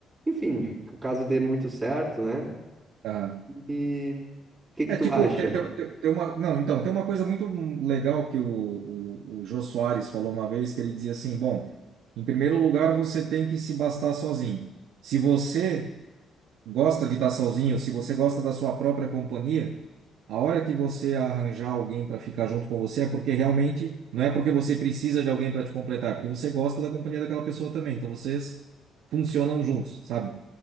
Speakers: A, on the right; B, on the right.
A: Enfim, caso dê muito certo, né?
B: Aham.
A: E o que que
B: É
A: tu
B: tipo,
A: acha?
B: tem, tem, tem tem uma. Não, então, tem uma coisa muito legal que o, o, o Jô Soares falou uma vez, que ele dizia assim: bom, em primeiro lugar, você tem que se bastar sozinho. Se você gosta de estar sozinho, se você gosta da sua própria companhia, a hora que você arranjar alguém para ficar junto com você é porque realmente não é porque você precisa de alguém para te completar, é porque você gosta da companhia daquela pessoa também. Então vocês funcionam juntos, sabe?